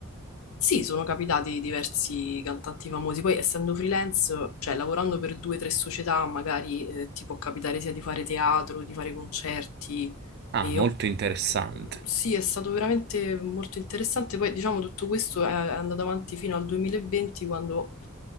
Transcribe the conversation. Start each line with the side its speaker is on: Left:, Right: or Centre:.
Left: Sì, sono capitati diversi cantanti famosi, poi essendo freelance, cioè lavorando per due o tre società, magari eh, ti può capitare sia di fare teatro, di fare concerti.
Right: Ah,
Left: E
Right: molto
Left: ho-
Right: interessante.
Left: Sì, è stato veramente molto interessante. Poi diciamo tutto questo è è andato avanti fino al 2020, quando